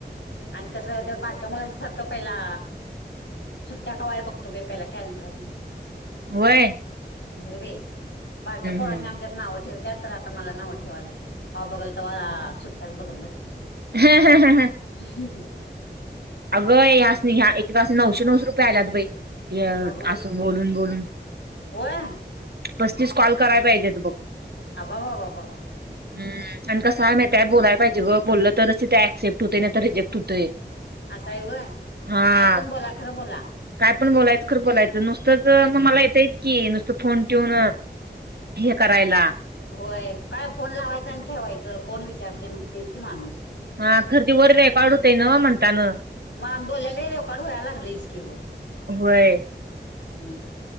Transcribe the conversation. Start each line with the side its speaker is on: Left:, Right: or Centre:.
Left: आणि कस ते बारक्या मुलांच्या सारखं पहिला सुट्ट्या कावाय बघ तुमही पहिला कॅलंडर
Right: वय
Left: हो वे बारक्या पोळसने
Right: हम्म
Left: आमच्यात नावं ठेव त्या तर आता मला नावं ठेवाय लाग का बघल तर सुट्ट्यात बघत बसतेस.
Right: हा हा हा हा
Left: ह हम ह
Right: अगं ह्या ह्या एकका नऊशे नऊश रुपये आल्यात बाई
Left: अगो बाई
Right: असं बोलून बोलून
Left: होय
Right: पस्तीस कॉल कराय पाहिजे बघ.
Left: आबा बा बाबा बाबा..
Right: ह आणि कस आहे त्यात बोलाय पाहिजें बोललं तरच तिथे क्सेप्ट होतेय ना तर रिजेक्ट होतय
Left: असा आहे
Right: हा
Left: काय पण बोला खरं बोला
Right: काय पण बोलायचं खरं बोलायचं नुसतंच मग मला येतंयच की नुसतं फोन ठेऊून हे करायला
Left: होय काय फोन लावायचं आणि ठेवायचं कोण विचारते मग तेच की माणूस
Right: हा धरती वर र आहे काड होते न म्हणता न
Left: मान बोलेले र काढोया लाग रसक र हम्
Right: होय